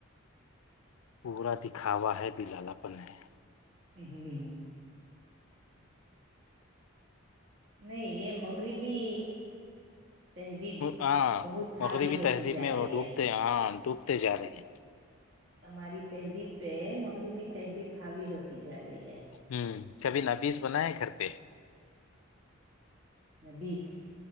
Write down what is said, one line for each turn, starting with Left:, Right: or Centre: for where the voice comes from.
Left: پورا دکھاوا ہے بھی لالا پن ہے
Right: ہاں ہوں نہیں یہ مغری بھی تہذیب
Left: ہاں
Right: بہت ہاوی
Left: مغربی
Right: ہوتی
Left: تہذیب
Right: جا
Left: میں
Right: رہی
Left: وہ ڈوبتے
Right: ہے
Left: ہاں ڈوبتے جا رہے ہیں
Right: ہماری تہذیب پہ مغربی تہذیب حاوی ہوتی جا رہی ہے
Left: ہوں کبھی نویذ بن ہے گھر پہ
Right: بیس